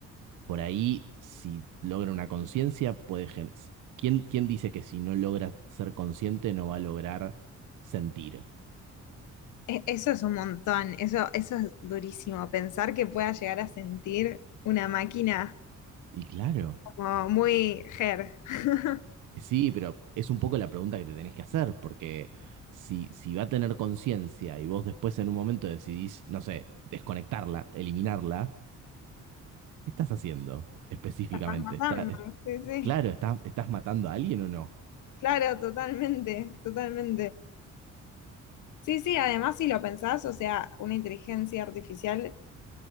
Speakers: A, on the right; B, on the left.
A: por ahí si logra una conciencia, puede... gen- ¿Quién, quién dice que si no logra ser consciente no va a lograr sentir?
B: E- Eso es un montón, eso, eso es durísimo, pensar que pueda llegar a sentir una máquina
A: Y claro.
B: como muy her. <laughs>
A: Sí, pero es un poco la pregunta que te tenés que hacer, porque si, si va a tener conciencia y vos después en un momento decidís, no sé, desconectarla, eliminarla, ¿qué estás haciendo específicamente?
B: La estás matando,
A: Está, est-
B: sí, sí.
A: claro, está- ¿estás matando a alguien o no?
B: Claro, totalmente, totalmente. Sí, sí, además si lo pensás, o sea, una inteligencia artificial